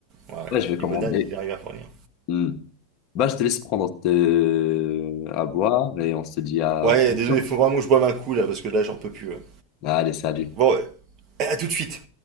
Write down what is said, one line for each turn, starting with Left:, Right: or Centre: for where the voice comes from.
Right: Ouais, ouais.
Left: Ouais, je vais commander.
Right: Limonade, il arrive à fournir.
Left: Hmm. Bah, je te laisse prendre te- à boire et on se dit à
Right: Ouais,
Left: bientôt.
Right: désolé, il faut vraiment que je boive un coup là, parce que là, j'en peux plus. ouais.
Left: Allez, salut.
Right: Bon, euh, à tout de suite.